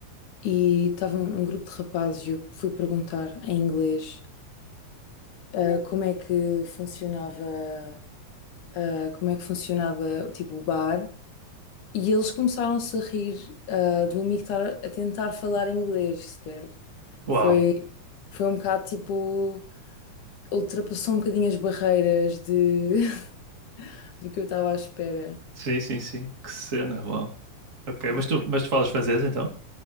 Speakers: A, on the left; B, on the right.
A: e estava um, um grupo de rapazes e eu fui perguntar em inglês ah, como é que funcionava, ah, como é que funcionava, tipo, o bar. E eles começaram-se a rir ah, do amigo estar a tentar falar inglês, sequer.
B: Uau!
A: Foi, foi um bocado, tipo, ultrapassou um bocadinho as barreiras de, <laughs> do que eu estava à espera.
B: Sim, sim, sim. Que cena, uau. Ok,
A: Yeah.
B: mas tu, mas tu falas francês então?